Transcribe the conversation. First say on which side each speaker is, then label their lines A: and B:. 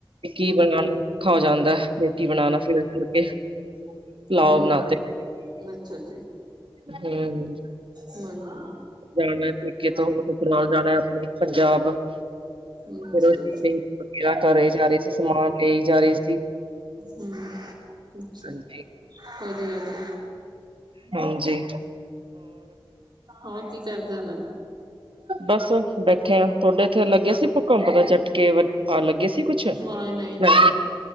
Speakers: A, on the right (about 75°); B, on the right (about 55°).
A: ਕੀ ਬਣਾਣ ਨੂ ਔਖਾ ਹੋ ਜਾਂਦਾ ਐ। ਰੋਟੀ ਬਣਾਣਾ ਸੀ, ਇਸ ਕਰਕੇ ਪੁਲਾਓ
B: ਹੂੰ,
A: ਬਣਾ ਤੇ ।
B: ਅੱਛਾ ਜੀ
A: <unintelligible>
B: <unintelligible>
A: ਜਾਣਾ ਪੇਕੇ ਤੋਂ, ਹੋ ਨਾਲ ਜਾਣਾ ਆਪਣੇ ਪੰਜਾਬ ਫਿਰ
B: ਅੱਛਾ।
A: ਉਹ ਸ਼ੋਪਿੰਗ ਵਗੈਰਾ ਕਰੇ ਜਾ ਰਹੇ ਸੀ, ਸਮਾਨ ਲ ਜਾ ਰਹੀ ਸੀ।
B: ਹੂੰ, ਅੱਛਾ,
A: ਹਾਂਜੀ
B: <unintelligible>
A: ਹਾਂਜੀ
B: ਹੋਰ ਕੀ ਕਰਦੇ ਨੇ
A: ਬਸ ਬੈਠੇ ਆ ਤੁਹਾਡੇ ਇੱਥੇ ਲੱਗੇ ਸੀ, ਭੁਕਮ ਦੇ ਛਟਕੇ ਲੱਗੇ ਸੀ ਕੁਛ
B: ਨਹੀਂ ਨਹੀਂ ਨਹੀਂ
A: ਮੈਂ